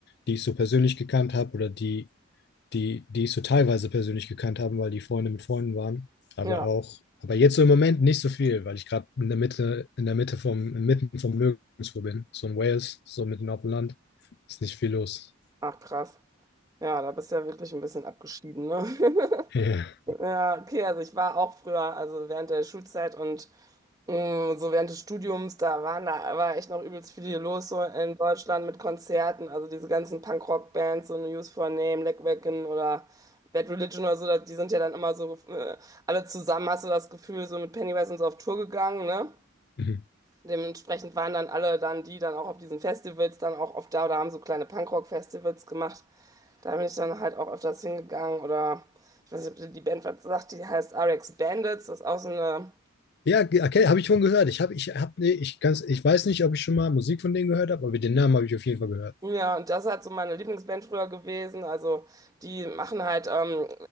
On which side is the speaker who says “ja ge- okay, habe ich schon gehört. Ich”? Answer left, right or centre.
Left